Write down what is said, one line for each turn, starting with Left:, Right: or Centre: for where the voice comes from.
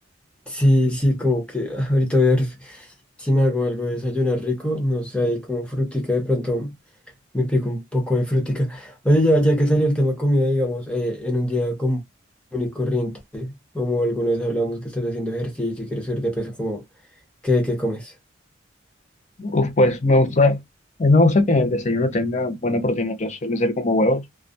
Centre: Sí, sí, como que ah, ahorita voy a ver si me hago algo de desayunar rico, no sé, ahí como frutica, de pronto me pico un poco de frutica. Oye, ya, ya que salió el tema comida, digamos, eh, en un día común y corriente, como alguna vez hablamos que estás haciendo ejercicio y quieres subir de peso, como, ¿qué, qué comes?
Left: Uf, pues me gusta, a mí me gusta que en el desayuno tenga buena proteína, entonces suele ser como huevos,